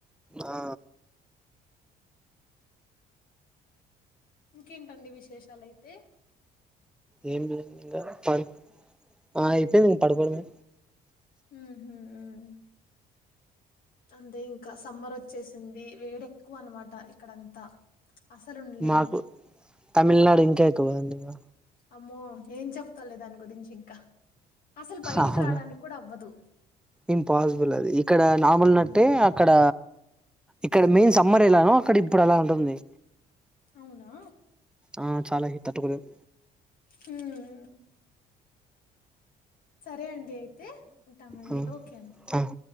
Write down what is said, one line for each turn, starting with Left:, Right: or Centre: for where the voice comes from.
Centre: ఆ
Left: ఇంకేంటండి విశేషాలయితే
Centre: ఏం లే ఇంగ ప ఆ అయితే పడుకోవడమే
Left: హ్మ్ హు మ్ అందే ఇంకా సమ్మర్ వచ్చేసింది వేడేక్కువ అనమాట ఇక్కడంతా అసలుండలేము.
Centre: మాకు తమిళ్నాడు ఇంకా ఎక్కువ కదండి ఇంగ
Left: అమ్మో ఏం చెప్తాంలే దాని గురించి ఇంకా అస్సలు బయటికి
Centre: అవును
Left: రావడానికి కూడా అవ్వదు
Centre: ఇంపాసిబుల్ అది ఇక్కడ నావునట్టే
Left: హ్మ్.
Centre: అక్కడ ఇక్కడ మెయిన్ సమ్మర్ ఎలానో అక్కడ ఇప్పుడు అలా ఉంటుంది
Left: అవునా
Centre: ఆ చాలా హీట్ తట్టుకోలేమ్
Left: హ్మ్. సరే అండి అయితే ఉంటామండి
Centre: ఆ
Left: ఓకే అండి
Centre: ఆ